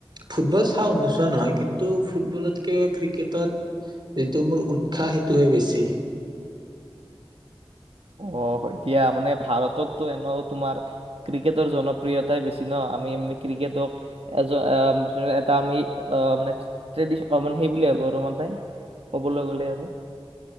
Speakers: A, on the right; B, on the right.
A: ফুটবল চাও নোচোৱা নহয় কিন্তু ফুটবলতকে ক্ৰিকেটত যিটো মোৰ উৎসাহ সেইটোহে বেছি
B: অ' এতিয়া মানে ভাৰততটো এনে তোমাৰ ক্ৰিকেটৰ জনপ্ৰিয়তাই বেছি ন আমি ক্ৰিকেটক এজন এটা আমি মানে সেই বুলি ভাবো আৰু ক'বলৈ গলে আৰু